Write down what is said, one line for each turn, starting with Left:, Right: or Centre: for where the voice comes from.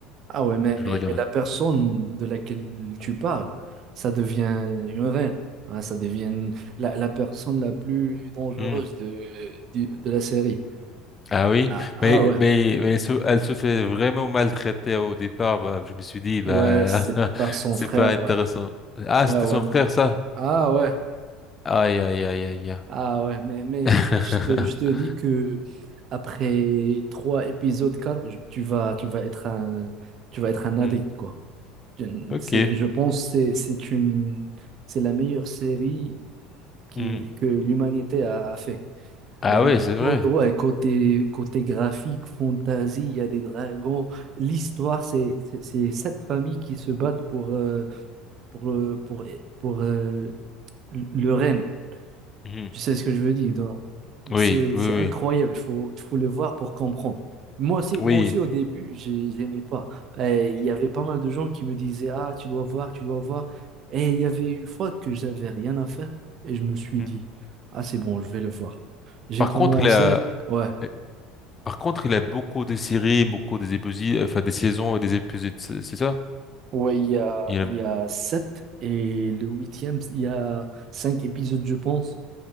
Right: Ah ouais, mais,
Left: Je
Right: mais,
Left: vais le regarder.
Right: mais la personne de laquelle tu parles, ça devient une reine. hein, ça devient la, la personne la plus dangereuse
Left: Hmm.
Right: de, du- de, la série.
Left: Ah oui,
Right: Ah, ah
Left: mais,
Right: ouais,
Left: mais, mais se- elle se fait vraiment maltraiter au départ, bah, je me suis dit, bah,
Right: ouais, c'est
Left: <laughs>
Right: par son
Left: c'est
Right: frère,
Left: pas intéressant.
Right: ouais.
Left: Ah,
Right: Ouais,
Left: c'était
Right: ouais.
Left: son frère, ça?
Right: Ah ouais,
Left: Aïe, aïe, aïe, aïe.
Right: ah ouais, mais, mais,
Left: <laughs>
Right: mais je te, je te dis que après trois épisodes, quatre, tu vas, tu vas être un, tu vas être un addict,
Left: Hmm.
Right: quoi.
Left: Ok.
Right: C'est, je pense c'est c'est une c'est la meilleure série qui,
Left: Hmm.
Right: que l'humanité a, a fait.
Left: Ah
Right: Euh,
Left: ouais, c'est vrai.
Right: Côté, ouais, côté, côté graphique, fantasy, il y a des dragons. L'histoire, c'est c'est- c'est sept familles qui se battent pour, euh, pour, euh, pour, pour, euh, le le règne.
Left: Mhm.
Right: Tu sais ce que je veux dire?
Left: Oui,
Right: C'est,
Left: oui,
Right: c'est incroyable,
Left: oui,
Right: il faut, il faut le voir pour comprendre. Moi aussi,
Left: oui.
Right: moi aussi au début, j'ai- j'aimais pas. Euh, Il y avait pas mal de gens qui me disaient, Ah, tu dois voir, tu dois voir. Et il y avait une fois que j'avais rien à faire et je me suis
Left: Hmm.
Right: dit, Ah, c'est bon, je vais le voir. J'ai
Left: Par
Right: commencé,
Left: contre, il a,
Right: ouais,
Left: euh, par contre, il a beaucoup de séries, beaucoup des épisodes, enfin des saisons et des épisodes, c'est c'est ça?
Right: ouais, il y a,
Left: Il
Right: il
Left: a-
Right: y a sept et le huitième, il y a cinq épisodes, je pense.